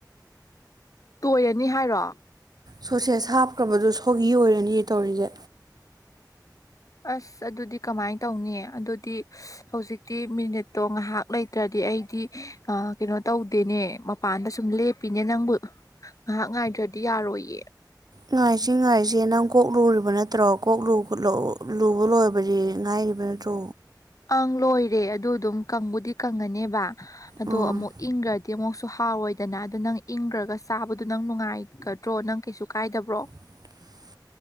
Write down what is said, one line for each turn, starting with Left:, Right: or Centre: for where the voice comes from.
Left: ꯇꯣꯏꯔꯅꯤ ꯍꯥꯏꯔꯣ
Right: ꯁꯣꯠꯁꯦꯁ ꯍꯥꯞꯈ꯭ꯔꯕꯗꯣ ꯁꯣꯒꯤ ꯑꯣꯏꯔꯅꯤꯌꯦ ꯇꯧꯔꯤꯖꯦ
Left: ꯑꯁ ꯑꯗꯨꯗꯤ ꯀꯃꯥꯏꯟ ꯇꯧꯅꯤ ꯑꯗꯨꯗꯤ ꯍꯧꯖꯤꯛꯇꯤ ꯃꯤꯅꯤꯠꯇꯣ ꯉꯥꯏꯍꯥꯛ ꯂꯩꯇ꯭ꯔꯗꯤ ꯑꯩꯗꯤ ꯑ ꯀꯩꯅꯣ ꯇꯧꯗꯦꯅꯦ ꯃꯄꯥꯟꯗ ꯁꯨꯝ ꯂꯦꯞꯄꯤꯅꯦ ꯅꯪꯕꯨ ꯉꯥꯏꯍꯥꯛ ꯉꯥꯏꯗ꯭ꯔꯗꯤ ꯌꯥꯔꯣꯏꯌꯦ
Right: ꯉꯥꯏꯁꯤ ꯉꯥꯏꯁꯤ ꯅꯪ ꯀꯣꯛ ꯂꯨꯔꯤꯕ ꯅꯠꯇ꯭ꯔꯣ ꯀꯣꯛ ꯂꯨ ꯈꯣꯠꯂꯥꯎ ꯂꯨꯕ ꯂꯣꯏꯕꯗꯤ ꯉꯥꯏꯔꯤꯕ ꯅꯠꯇ꯭ꯔꯣ
Left: ꯑꯪ ꯂꯣꯏꯔꯦ ꯑꯗꯨ ꯑꯗꯨꯝ ꯀꯪꯕꯨꯗꯤ ꯀꯪꯉꯅꯦꯕ ꯑꯗꯣ
Right: ꯎꯝ
Left: ꯑꯃꯨꯛ ꯏꯪꯒ꯭ꯔ ꯗꯤ ꯑꯃꯨꯛꯁꯨ ꯍꯥꯎꯔꯣꯏꯗꯅ ꯑꯗꯣ ꯅꯪ ꯏꯪꯒ꯭ꯔꯒ ꯆꯥꯕꯗꯣ ꯅꯪ ꯅꯨꯡꯉꯥꯏꯒꯗ꯭ꯔꯣ ꯅꯪ ꯀꯩꯁꯨ ꯀꯥꯏꯗꯕ꯭ꯔꯣ
Right: <unintelligible>